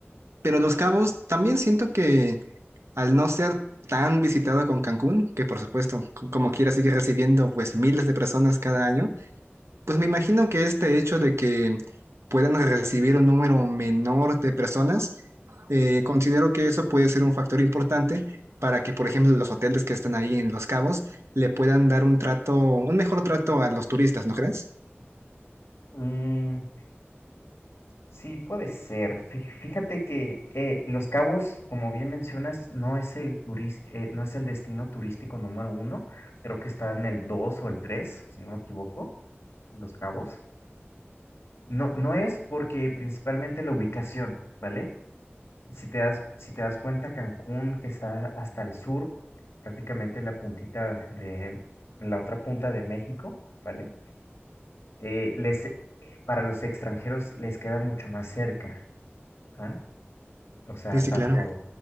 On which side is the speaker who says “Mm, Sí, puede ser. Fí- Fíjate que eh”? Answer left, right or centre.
Left